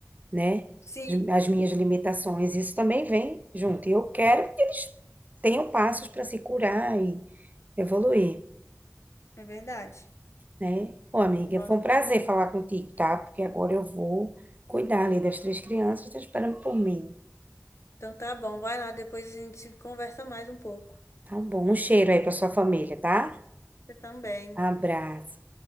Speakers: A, on the right; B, on the left.
A: né?
B: Sim,
A: As minhas limitações, isso também vem junto. E eu quero que eles tenham passos para se curar e evoluir,
B: é verdade.
A: né? Ô, amiga,
B: Conto
A: foi um
B: com
A: prazer
B: você.
A: falar contigo, tá? Porque agora eu vou cuidar ali das três crianças, estão esperando por mim.
B: Então tá bom, vai lá, depois a gente conversa mais um pouco.
A: Tá bom. Um cheiro aí pra sua família, tá?
B: Você também.
A: Abraço.